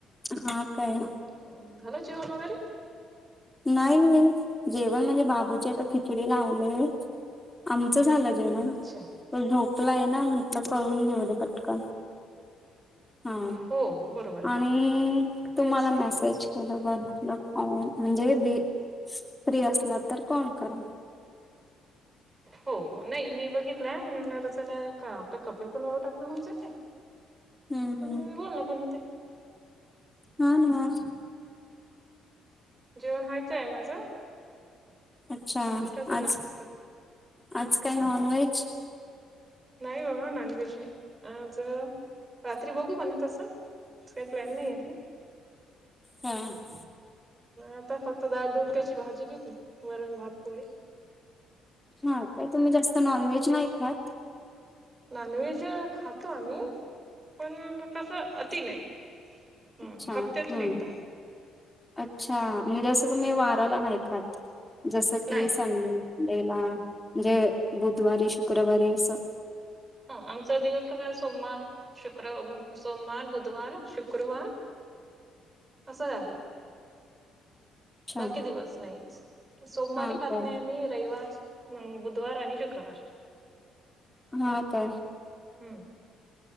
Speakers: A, in the centre; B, on the right.
A: हा काय
B: हो झालं जेव मगरी
A: नाही जेवण म्हणजे बाबूच्या ए खिचडी लावलेय आम झा जेण
B: अच्छा
A: तो झोकला आहे ना म्हंटलं करून घेऊ कटक हा
B: हो बरोबर आहे
A: आणि तुम्हाला
B: तेच
A: मेसेज केलं बटल म्हणजे बी फ्री असला तर कोण करा
B: हो नाही मी बघितलं आणि त्याला आपलं कपेल पण वाव टाकणं म्हऊन जाते
A: <unintelligible> हम्म
B: मी बोल ना पण होते
A: हा ना
B: जेवण व्हायचं आहे. माझं
A: अच्छा
B: नाश्ता झाला
A: आज
B: फक्त
A: आज काय नॉन व्हेज
B: नाही बा नॉनव्हेज नाही. आज रात्री बघू बण तसं काही प्लॅन नाही आहे.
A: हा
B: आता फक्त ाळ दूध त्याची भाजी घेतती गरम भात पोळी
A: हा ते तुम्ही जास्त नॉनव्हेज नाही खात
B: नॉनव्हेज खातो आम्ही पण कस अति नाही ह
A: अच्छा
B: हप्त्यातून
A: हम्म
B: एकदा
A: अच्छा म्हणजे जसं तुम्ही वाराला नाहीखात जसं की
B: नाही
A: संडी ला म्हणजे बुधवारी शुक्रवारी असं
B: हा आमचा दिवस कसा आहे सोमवार शुक्र सोमवार बुधवार शुक्रवार असं आहे
A: अच्छा
B: बाकी दिवस नाही सोमवारी
A: हा
B: खात
A: काय
B: नाही. आम्ही रविवार मग बुधवार आणि शुक्रवार
A: हा काय
B: हं